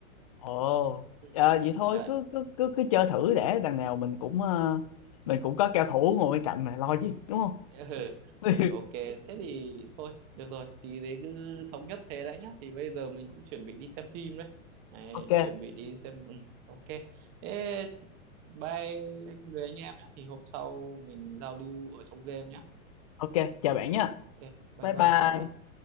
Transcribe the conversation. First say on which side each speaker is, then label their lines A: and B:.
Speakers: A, on the left; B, on the right.
A: Ồ,
B: ừ.
A: à, vậy thôi
B: đấy
A: cứ cứ cứ cứ chơi thử để đằng nào mình cũng ờ, mình cũng có cao thủ ngồi bên cạnh mà lo gì đúng
B: <laughs>
A: không?
B: ừ.
A: <laughs>
B: ừ ok thế thì thôi được rồi thì thế cứ thống nhất thế đấy nhá thì bây giờ mình cũng chuẩn bị đi xem phim đấy, đấy
A: Ok,
B: chuẩn bị đi xem ừ. ok thế bye anh người anh em nhé thì hôm sau mình giao lưu ở trong game nhé
A: ok, chào bạn nha.
B: ok bye
A: Bye
B: bye
A: bye.
B: chào bạn